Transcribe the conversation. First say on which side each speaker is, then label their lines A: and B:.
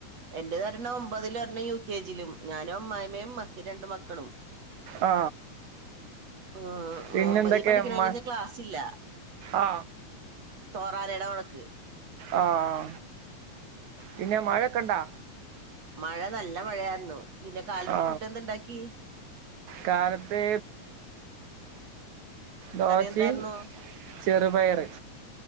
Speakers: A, on the right (about 55°); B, on the right (about 70°).
A: എന്റെതൊരണ്ണം ഒമ്പതിലും ഒരെണ്ണം യു കെ ജിലുംന്നാലും അമ്മായിമ്മേം മക്ക രണ്ടു മക്കളും.
B: ആ
A: ഉം
B: പിന്നെന്തൊക്കെ
A: ഒമ്പതി പഠിക്കണോനിന്ന്
B: മ
A: ക്ലാസില്ല.
B: ആ
A: തോറാലെടെ വഴക്ക്.
B: ആഹ പിന്നെ മഴൊക്കെണ്ടാ?
A: മഴ നല്ല മഴയായിരുന്നു. പിന്നെ കാലത്ത്
B: ആ
A: ഫുഡ് എന്തെ ണ്ടാക്കി.
B: കാലത്ത് ദോശിം
A: എന്തായിരുന്നു
B: ചെറുപയറ്.